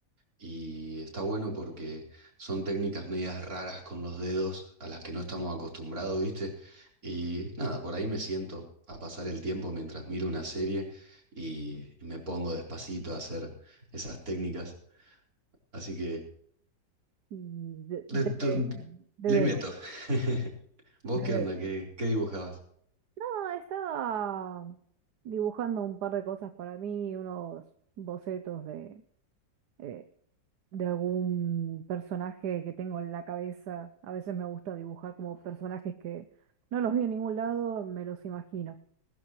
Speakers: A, on the right; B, on the right.
A: Y está bueno porque son técnicas medias raras con los dedos a las que no estamos acostumbrados, ¿viste? Y nada, por ahí me siento a pasar el tiempo mientras miro una serie y me pongo despacito a hacer esas técnicas. Así que
B: Y de, de-
A: de- de-
B: debe-
A: le meto. <laughs> ¿Vos
B: debe-
A: qué onda? ¿Qué, qué dibujabas?
B: No, estaba dibujando un par de cosas para mí, unos bocetos de, eh, de algún personaje que tengo en la cabeza. A veces me gusta dibujar como personajes que no los vi en ningún lado, me los imagino,